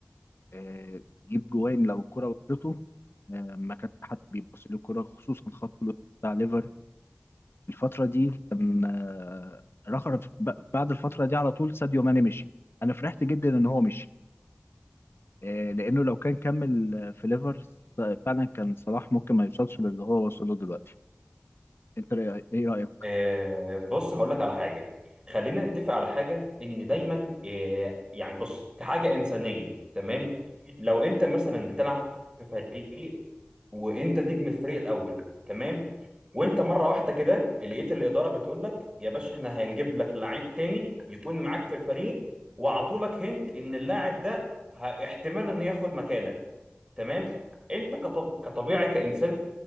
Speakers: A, on the left; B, on the right.
A: آه، جيب جوان لو الكرة وصلته آه، ما كانش حد بيبص للكرة خصوصا خط الوسط بتاع ليفر الفترة دي كان آه، رخر ب- بعد الفترة دي على طول ساديو ماني مشي أنا فرحت جدا إن هو مشي آه، لأنه لو كان كمل آه، في ليفر فعلا كان صلاح ممكن ما يوصلش للي هو وصله دلوقتي أنت رأي- إيه رأيك؟
B: آه، بص هقول لك على حاجه خلينا نتفق على حاجه ان دايما آه، يعني بص كحاجه انسانيه تمام لو انت مثلا بتلعب في فريق وانت نجم الفريق الاول تمام وانت
A: تمام
B: مره واحده كده لقيت الاداره بتقول لك يا باشا احنا هنجيب لك لعيب تاني يكون معاك في الفريق وعطولك هنت ان اللاعب ده ه- احتمال انه ياخد مكانك تمام انت كطب... كطبيعي كانسان